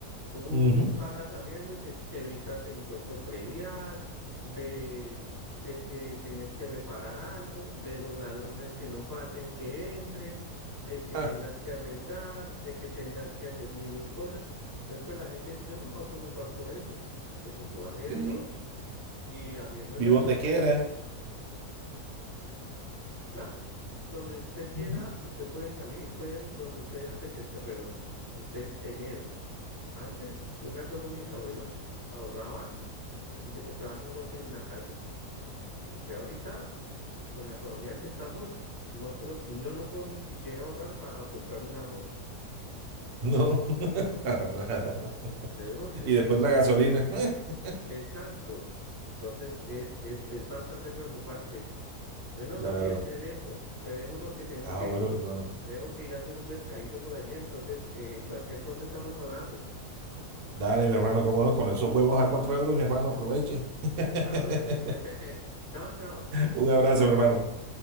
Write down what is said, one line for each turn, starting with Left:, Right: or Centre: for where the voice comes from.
Left: Tú
Right: Ujú.
Left: pagas arriendo y te, te evitas de impuesto predial, de, de que tienes que reparar algo, de los ladrones que no falten que entren, de que
Right: Ah,
Left: tengas que arrendar, de que tengas que hacer mil y un cosas. Entonces, pues la gente dice, yo no me voy a preocupar por eso. Entonces, yo arriendo.
Right: sí,
Left: y arriendo
Right: vivo
Left: en las mejores,
Right: donde quiera.
Left: claro, donde usted quiera,
Right: Ujú.
Left: usted puede salir, puede donde usted apetezca, pero usted tener. Antes, yo me acuerdo, mis abuelos ahorraban y se compraban un lote y una casa. Usted ahorita, con la economía que estamos, no creo, yo no puedo ni siquiera ahorrar para comprarme una moto.
Right: No, <laughs> para nada.
Left: ¿De dónde?
Right: Y después la gasolina. <laughs>
Left: Exacto. Entonces es, es, es bastante preocupante. Bueno,
Right: Claro.
Left: Gabriel, te dejo, te dejo porque tengo
Right: Ah,
Left: que
Right: bueno, mi hermano.
Left: Tengo que ir a hacer un mercadito por allí, entonces eh, cualquier cosa estamos hablando.
Right: Dale, mi hermano, cómo no, con esos huevos a cuatro euros, mi hermano, aproveche. <laughs>
Left: Claro que sí. <laughs> Chao, chao.
Right: Un abrazo, mi hermano.